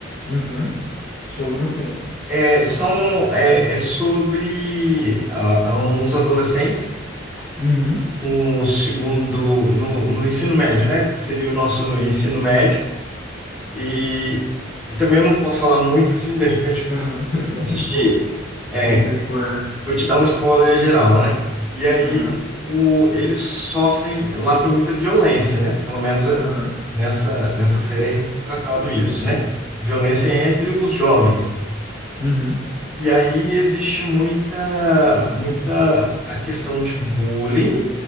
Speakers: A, on the left; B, in the centre.
A: Uhum. Sobre o quê?
B: É, são é, é sobre ah, uns adolescentes
A: Uhum.
B: no segundo no, no ensino médio, né? Seria o nosso ensino médio e, e também eu não posso falar muito assim, de repente
A: Uhum.
B: se você for assistir,
A: <laughs> Conta
B: é,
A: conta spoiler.
B: Vou te dar um spoiler geral, né? E aí
A: Aham.
B: o, o- eles sofrem, lá tem muita violência, né? Pelo menos eh,
A: Aham.
B: nessa, nessa série é retratado isso, né? Violência entre os jovens.
A: Uhum.
B: E aí existe muita, muita a questão de bullying,